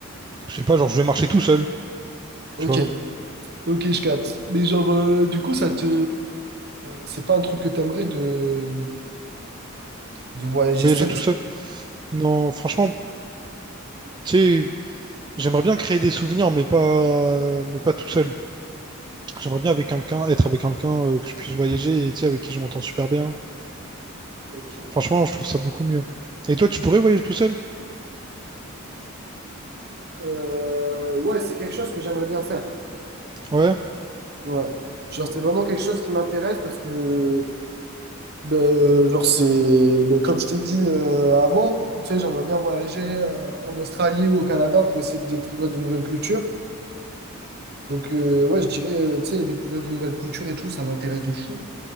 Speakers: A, on the right; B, on the right.
A: je sais pas, genre, je vais marcher tout seul,
B: Ok,
A: tu vois,
B: ok, je capte. Mais genre, euh, du coup, ça te... C'est pas un truc que t'aimerais de... de voyager
A: voyager
B: seul,
A: tout
B: tu sais.
A: seul. Non, franchement, tu sais, j'aimerais bien créer des souvenirs, mais pas, mais pas tout seul. J'aimerais bien avec quelqu'un, être avec quelqu'un euh, que je puisse voyager et, tu sais, avec qui je m'entends super bien.
B: Ok.
A: Franchement, je trouve ça beaucoup mieux. Et toi, tu pourrais voyager tout seul?
B: Euh, ouais, c'est quelque chose que j'aimerais bien faire.
A: Ouais,
B: Ouais. Genre, c'est vraiment quelque chose qui m'intéresse parce que, ben, genre, c'est... ben, comme je t'ai dit euh, avant, tu sais, j'aimerais bien voyager euh, en Australie ou au Canada pour essayer de découvrir de nouvelles cultures. Donc, euh, ouais, je dirais, euh, tu sais, découvrir de nouvelles cultures et tout, ça m'intéresse de fou.